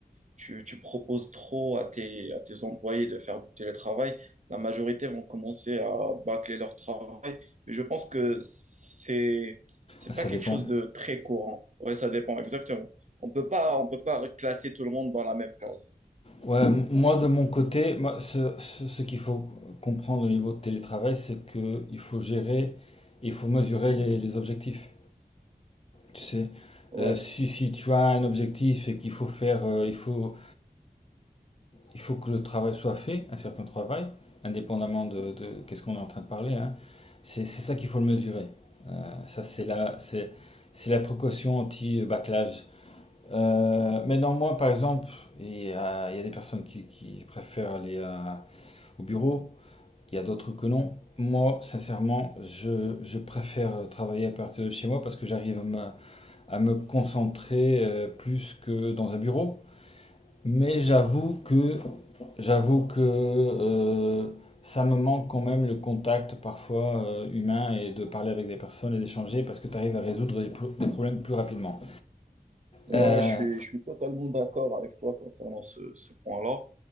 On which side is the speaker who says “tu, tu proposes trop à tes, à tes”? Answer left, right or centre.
Right